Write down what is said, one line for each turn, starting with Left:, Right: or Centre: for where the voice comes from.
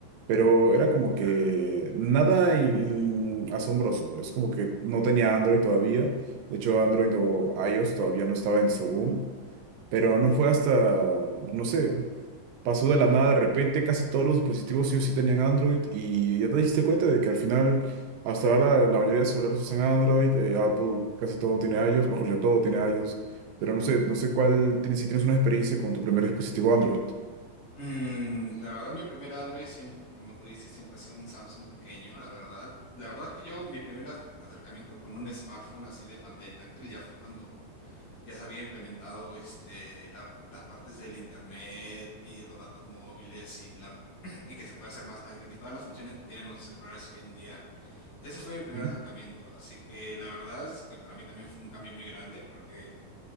Right: pero era como
Left: claro.
Right: que nada in- in- asombroso. Es como que no tenía Android todavía. De hecho, Android o iOS todavía no estaba en su boom, pero no fue hasta, no sé, pasó de la nada de repente. Casi todos los dispositivos sí o sí tenían Android y ya te diste cuenta de que al final, hasta ahora la, la mayoría de celulares usan Android, eh, Apple casi todo tiene iOS, mejor ya todo tiene iOS. Pero no sé, no sé cuál tienes, si tienes una experiencia con tu primer dispositivo Android.
Left: Mm, la verdad, mi primer Android, siempre, como tú dices, siempre ha sido un Samsung pequeño, la verdad. La verdad es que yo, mi primer ac- acercamiento con un smartphone así de pantalla táctil ya fue cuando ya se había implementado este, la- las partes del internet y de los datos móviles y, la, <clears throat> y que se puede hacer más táctil y todas las funciones que tienen los celulares hoy en día. Ese fue mi primer
Right: Mm,
Left: acercamiento, así que la verdad es que para mí también fue un cambio muy grande porque